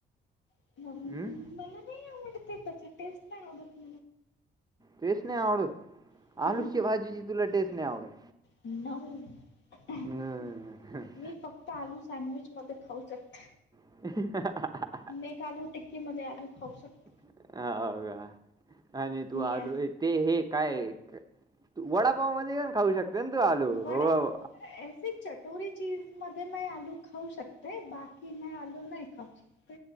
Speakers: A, on the left; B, on the right.
A: ह.
B: हम.
A: मला नाही आवडत. त्याची टेस्ट नाही आवडत.
B: टेस्ट नाही आवडत.
A: मला
B: आलू ची भाजीची तुला टेस्ट नाही आवडत.
A: नऊ.
B: हम्म.
A: आलू सँडविच मध्ये खाऊ शकत.
B: <unintelligible>
A: मी एक आलू टिक्कीमध्ये आलू खाऊ शकतो.
B: हो, का आणि तू
A: या
B: आलू एक ते, हे काय, तू वडापावामध्ये पण खाऊ शक त. आलू.
A: वडापाव.
B: हो हो
A: ऐसे चटोरी चीज मध्ये म आलू खाऊ शक हे बाकी म आलू नाही खाऊ शकत.